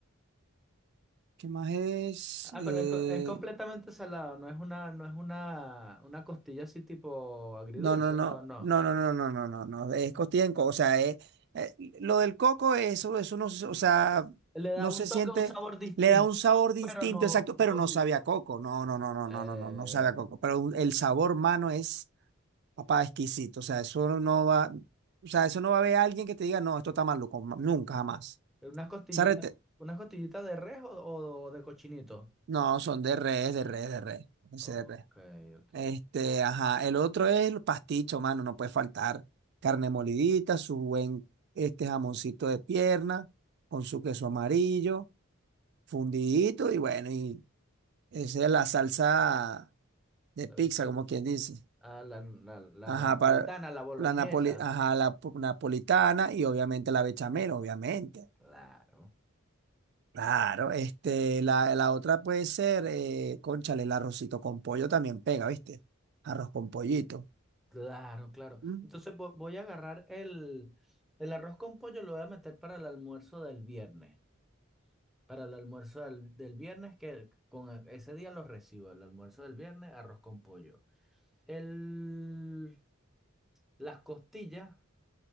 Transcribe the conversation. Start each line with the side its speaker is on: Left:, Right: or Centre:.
Right: ¿qué más es?
Centre: Ah,
Right: Eh,
Centre: pero es, co- es completamente salado, no es una, no es una, una costilla así tipo agridulce,
Right: No, no, no,
Centre: no, no.
Right: no, no, no, no, no, no, no, es costilla en coco, o sea, es- eh, lo del coco, eso, eso no, se- o sea,
Centre: Le da
Right: no
Centre: un
Right: se
Centre: toque,
Right: siente,
Centre: un sabor distinto,
Right: le da un sabor distinto,
Centre: pero no,
Right: exacto, pero
Centre: no
Right: no
Centre: dulce.
Right: sabe a coco, no, no, no, no,
Centre: Eh,
Right: no, no, no, no sabe a coco, pero un- el sabor, mano, es, papá, exquisito, o sea, eso no va, o sea, eso no va a haber alguien que te diga, no, esto está maluco, ma- nunca, jamás,
Centre: Unas costillitas,
Right: Esa rete-
Centre: unas costillitas de res o, o de cochinito.
Right: no, son de res, de res, de res, ese
Centre: ok,
Right: de res.
Centre: ok.
Right: Este, ajá. El otro es el pasticho, mano, no puede faltar. Carne molidita, su buen este jamoncito de pierna, con su queso amarillo, fundidito, y bueno, y esa es la salsa de pizza,
Centre: Le echan
Right: como quien dice.
Centre: a la, la,
Right: Ajá,
Centre: la napolitana,
Right: para
Centre: la boloñesa.
Right: la napoli- ajá, la po- napolitana y obviamente la bechamel, obviamente.
Centre: Claro,
Right: Claro, este,
Centre: Eh,
Right: la, la otra puede ser, eh, cónchale, el arrocito con pollo también pega, ¿viste? Arroz con pollito.
Centre: Claro, claro.
Right: Mm.
Centre: Entonces vo- voy a agarrar el, el arroz con pollo, lo voy a meter para el almuerzo del viernes. Para el almuerzo del, del viernes, que con e- ese día los recibo. El almuerzo del viernes, arroz con pollo. El, las costillas.